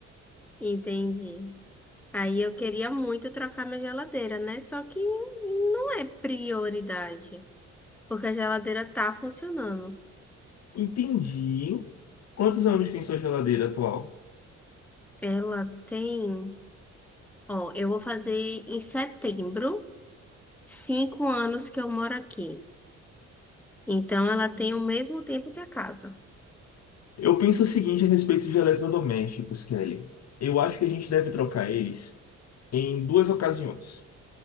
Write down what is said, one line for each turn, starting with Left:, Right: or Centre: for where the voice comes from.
Centre: entendi. Aí eu queria muito trocar minha geladeira, né? Só que não é prioridade, porque a geladeira tá funcionando.
Left: Entendi. Quantos anos tem sua geladeira atual?
Centre: Ela tem, ó, eu vou fazer em setembro, cinco anos que eu moro aqui. Então ela tem o mesmo tempo que a casa.
Left: Eu penso o seguinte a respeito de eletrodomésticos, Kelly. Eu acho que a gente deve trocar eles em duas ocasiões.